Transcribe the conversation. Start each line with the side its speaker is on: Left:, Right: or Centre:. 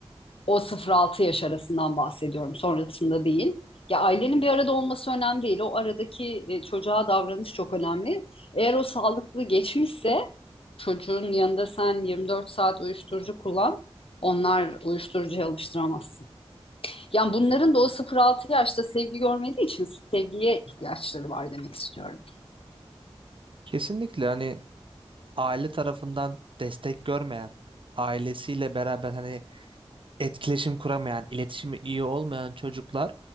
Left: o 0-6 yaş arasından bahsediyorum, sonrasında değil. Ya ailenin bir arada olması önemli değil. O aradaki e, çocuğa davranış çok önemli. Eğer o sağlıklı geçmişse çocuğun yanında sen 24 saat uyuşturucu kullan, onlar uyuşturucuya alıştıramazsın. Yani bunların da o 0-6 yaşta sevgi görmediği için sevgiye ihtiyaçları var demek istiyorum.
Right: Kesinlikle hani aile tarafından destek görmeyen, ailesiyle beraber hani etkileşim kuramayan, iletişimi iyi olmayan çocuklar